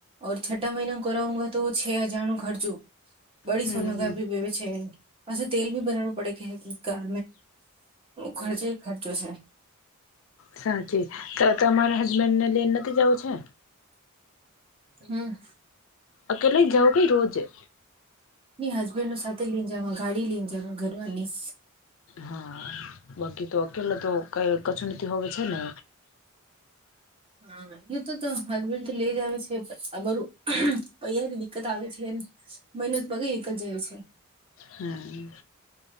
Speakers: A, on the right; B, on the left.
A: ર છઠા મહિના કોઉુ તો છે હજાર નું ખર્ચું. બડી
B: હમ
A: સોનગી બે છે પાસે તેલ ભી ભરાવું પડે કે કાર. ખર્ચો ખર્ચો છે.
B: સાચી તમારા હસબેન્ડ ને લઈને નથી જવ છે.
A: હમ.
B: અકેલા જાઓ કઈ રોજે.
A: ની હસબેન્ડો સાથે લઈને જવા ગાડી લઈને જવા ઘરમાંની
B: હા બાકી તો અકેલા તો કઈ કચુંનીતી હોય છે ને
A: હા. યે તો હસબેન્ડ તો લઈ જ આવે છે. આ બરું પૈની દિકકત આવે છે. મહેનત પગે નીકળ જાય છે.
B: હમ.